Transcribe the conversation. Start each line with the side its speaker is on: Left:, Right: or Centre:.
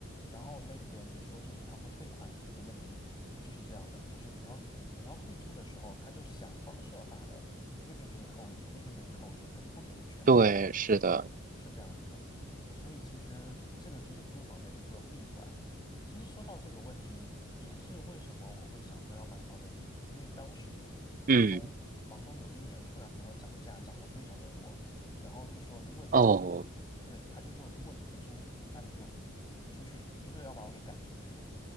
Left: 然后那个你说就是他不退款的这个问题就是这样的，就是你要你要退租的时候，他就想方设法的这边给你扣一点，那边给你扣一点，他就不给你全退。
Right: 对，是的，
Left: 是这样子的，所以其实这个就是租房的一个弊端。其实说到这个问题，也是为什么我会想说要买房的原因，因为当时房东房东有一年突然给我涨价，
Right: 嗯，
Left: 涨了非常的多，然后就说如果你不，
Right: 哦，
Left: 对，他就说如果你不租，那你就出去，就是要把我给赶出去。